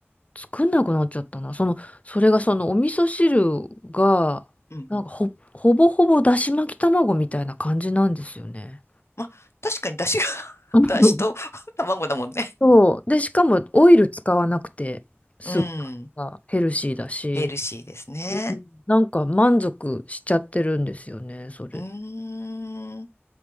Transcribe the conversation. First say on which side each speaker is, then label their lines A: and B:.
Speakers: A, on the left; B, on the left.
A: 作んなくなっちゃったな。その、それがそのお味噌汁が、
B: うん。
A: なんかほ、ほぼほぼだし巻き卵みたいな感じなんですよね。
B: まあ、確かに出汁が
A: <laughs>
B: <laughs> 出汁と <laughs> 卵だもんね。
A: そう。で、しかもオイル使わなくて、スープがヘルシーだし、
B: うん。ヘルシーですね。
A: うんなんか満足しちゃってるんですよね、それ。
B: うーん。